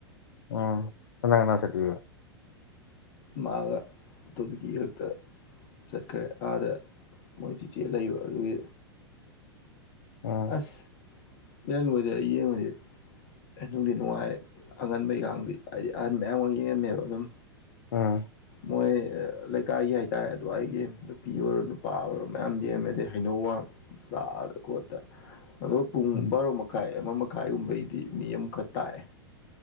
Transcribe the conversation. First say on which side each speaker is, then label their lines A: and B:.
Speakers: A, on the left; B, on the left.
A: ꯎꯝ ꯀꯅꯥ ꯀꯅꯥ ꯁꯦꯠꯦ
B: ꯃꯥꯒ ꯑꯇꯣꯕꯤꯀꯤ ꯈꯛꯇ ꯆꯠꯈ꯭ꯔꯦ ꯑꯥꯗ ꯃꯣꯏ ꯆꯤꯆꯦ ꯂꯩꯕ ꯑꯗꯨꯒꯤ
A: ꯎꯝ
B: ꯑꯁ ꯃꯦ ꯍꯧ ꯅꯨꯡꯗꯤ ꯅꯨꯡꯉꯥꯏ ꯑꯉꯟꯕꯩꯒꯗꯤ ꯍꯥꯏꯗꯤ ꯑꯍꯟ ꯃꯌꯥꯝ ꯑꯃ ꯌꯦꯡꯉꯝꯃꯦꯕ ꯑꯗꯨꯝ
A: ꯎꯝ
B: ꯃꯣꯏ ꯂꯩꯀꯥꯏꯒꯤ ꯍꯥꯏꯇꯥꯔꯦ ꯑꯗ ꯑꯩꯒꯤ ꯅꯨꯄꯤ ꯑꯣꯏꯔꯣ ꯅꯨꯄꯥ ꯑꯣꯏꯔꯣ ꯃꯌꯥꯝ ꯌꯦꯦꯝꯃꯦ ꯑꯗꯩ ꯍꯩꯅꯧꯋꯥꯡ ꯁꯣꯠꯇ ꯄꯨꯡ
A: ꯎꯝ
B: ꯕꯥꯔꯣ ꯃꯈꯥꯏ ꯑꯃ ꯃꯈꯥꯏꯒꯨꯝꯕꯒꯤꯗꯤ ꯃꯤ ꯑꯃꯈꯛ ꯇꯥꯛꯑꯦ